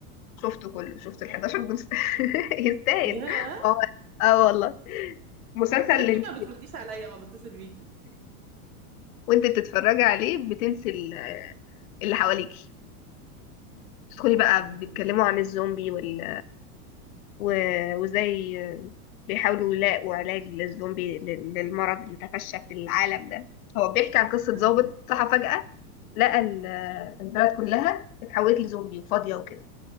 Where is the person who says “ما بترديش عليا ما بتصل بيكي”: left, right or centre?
Right